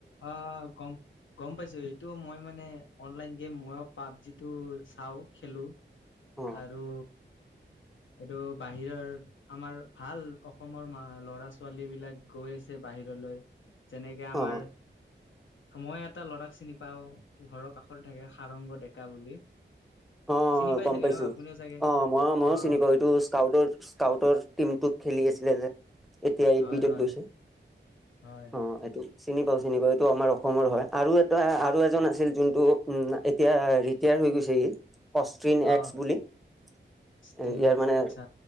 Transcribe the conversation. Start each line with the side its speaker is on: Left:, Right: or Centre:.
Left: অ', গম-গম পাইছো এইটো মই মানে অনলাইন গেম মইো পাবজিটো চাওঁ খেলো
Centre: অ
Left: আৰু এইটো বাহিৰৰ আমাৰ ভাল অসমৰ ল'ৰা ছোৱালীবিলাক গৈ আছে বা বাহিৰলৈ যেনেকে আমাৰ
Centre: অ
Left: মই এটা ল'ৰাক চিনি পাও ঘৰৰ কাষতে থাকে সাৰংগ ডেকা বুলি।
Centre: অ',
Left: চিনি পাই
Centre: গম
Left: চাগে
Centre: পাইছো
Left: ন আপুনিও চাগে
Centre: অ' মই-মই
Left: অ',
Centre: চিনি পাওঁ সেইটো স্কাউটৰ-স্কাউটৰ টিমটোত খেলি আছিলে যে। এতিয়া ইট
Left: হয়,
Centre: বিটত
Left: হয়,
Centre: গৈছে।
Left: হয়,
Centre: অ' এইটো চিনি পাওঁ চিনি পাওঁ। তো আমাৰ অসমৰ হয় আৰু এটা আৰু এজন আছিল যোনটো উম এতিয়া ৰিটায়াৰ হৈ গৈছে। অষ্ট্ৰিন
Left: অ'।
Centre: এক্স বুলি ইয়াৰ
Left: টিম এক্স
Centre: মানে
Left: আচ্ছা